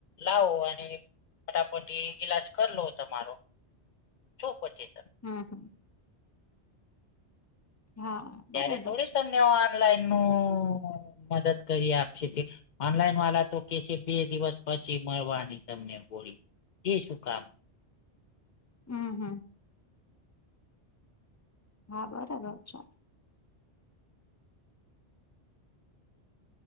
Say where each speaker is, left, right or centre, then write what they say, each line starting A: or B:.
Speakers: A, on the left; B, on the left.
A: લાવો અને ફટાફટ. ગિલાસ કર લો તમારો છો પછી તમે.
B: હમ્મ હા.
A: ત્યારે
B: બરાબર
A: થોડી
B: છે
A: તમને ઓનલાઈન નું મદદ કરી આપશે કે ઓનલાઈન વાલા તો કે છે બે દિવસ પછી મળવાની તમને ગોળી એ શું કામ.
B: હમ હમ. હા બરાબર છે.